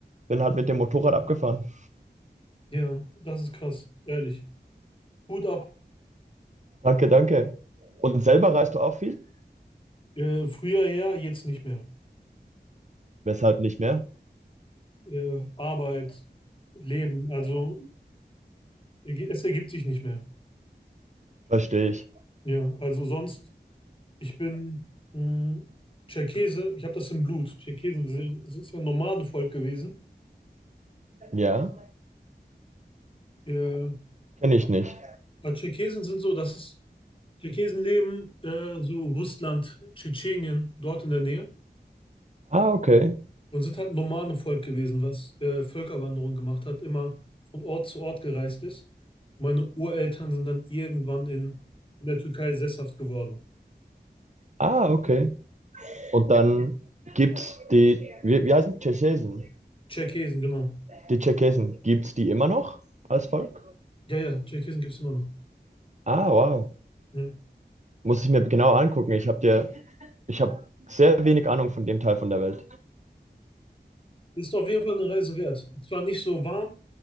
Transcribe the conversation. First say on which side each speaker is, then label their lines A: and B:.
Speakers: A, on the right; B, on the left.
A: bin halt mit dem Motorrad abgefahren.
B: ja, das ist krass. Ehrlich. Hut ab.
A: Danke, danke. Und selber reist du auch viel?
B: Äh, früher ja, jetzt nicht mehr.
A: Weshalb nicht mehr?
B: Äh, Arbeit. Leben. Also Erge- Es ergibt sich nicht mehr.
A: Verstehe ich.
B: Ja, also sonst, ich bin mh, Tscherkesse, ich habe das im Blut. Tscherkesen sind- es ist ja ein Nomadenvolk gewesen.
A: Ja,
B: Ja.
A: kenne ich nicht.
B: aber Tscherkesen sind so, das ist, Tscherkesen leben äh, so Russland, Tschetschenien, dort in der Nähe
A: Ah, okay.
B: und sind halt ein Nomadenvolk gewesen, was äh, Völkerwanderung gemacht hat, immer von Ort zu Ort gereist ist. Meine Ureltern sind dann irgendwann in, in der Türkei sesshaft geworden.
A: Ah, okay. Und dann gibt's die, wie, wie heißen Tschechesen?
B: Tscherkesen, genau.
A: Die Tschechesen, gibt's die immer noch als Volk?
B: Ja, ja, Tscherkesen gibt es immer noch.
A: Ah, wow.
B: Ja.
A: Muss ich mir genau angucken. Ich habe dir, ich habe sehr wenig Ahnung von dem Teil von der Welt.
B: Ist auf jeden Fall eine Reise wert. Zwar nicht so warm